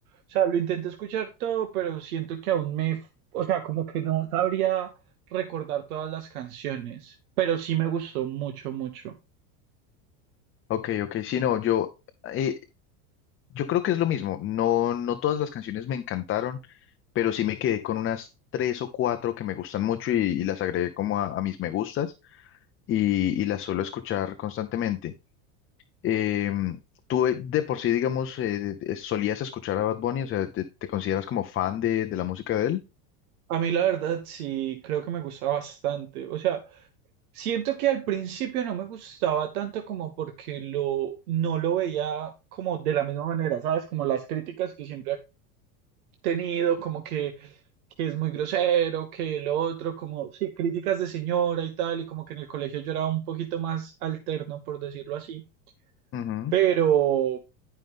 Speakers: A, on the right; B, on the left.
A: sea, lo intenté escuchar todo, pero siento que aún me, o sea, como que no sabría recordar todas las canciones, pero sí me gustó mucho, mucho.
B: Ok, ok, sí, no, yo, eh, yo creo que es lo mismo. No, no todas las canciones me encantaron, pero sí me quedé con unas tres o cuatro que me gustan mucho y, y las agregué como a, a mis me gustas y, y las suelo escuchar constantemente. Eh, tú eh, de por sí, digamos, eh, de- solías escuchar a Bad Bunny, o sea, ¿te, te consideras como fan de, de la música de él?
A: A mí la verdad sí creo que me gusta bastante, o sea... Siento que al principio no me gustaba tanto como porque lo, no lo veía como de la misma manera, ¿sabes? Como las críticas que siempre ha tenido, como que, que es muy grosero, que lo otro, como, sí, críticas de señora y tal, y como que en el colegio yo era un poquito más alterno, por decirlo así.
B: Ujú,
A: Pero,